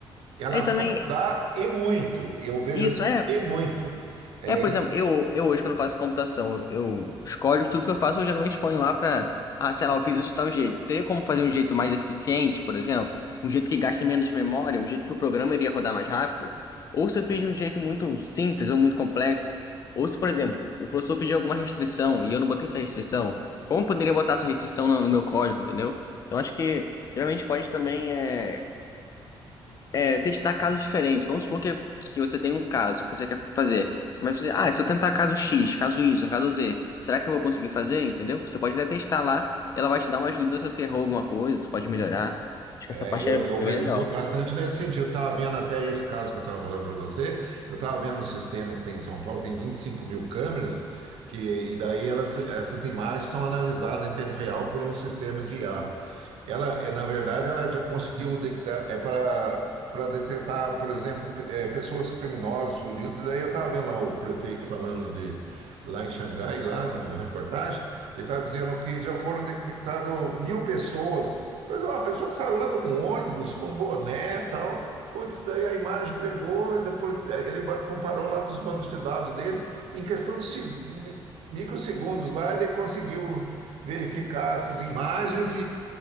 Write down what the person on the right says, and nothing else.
Ela
vai ajudar e muito, e eu vejo
assim,
e muito. É,
É,
eu,
eu vejo
bu- bastante nesse sentido. Eu estava vendo até esse caso que eu estava falando para você. Eu estava vendo um sistema que tem em São Paulo, tem 25 mil câmeras, que, e daí elas, essas imagens são analisadas em tempo real por um sistema de IA. Ela, eh, na verdade, ela já conseguiu detectar, é para para detectar, por exemplo, pe- eh, pessoas criminosas, fugidas. E Daí eu estava vendo lá o prefeito falando de lá em Xangai, lá numa reportagem, ele estava dizendo que já foram detectadas mil pessoas. Mas, ó, a pessoa saiu lá de um ônibus com boné e tal. Putz, daí a imagem pegou, e depois ele ba- comparou lá com os bancos de dados dele. Em questão de seg- mi- microsegundos lá, ele conseguiu verificar essas imagens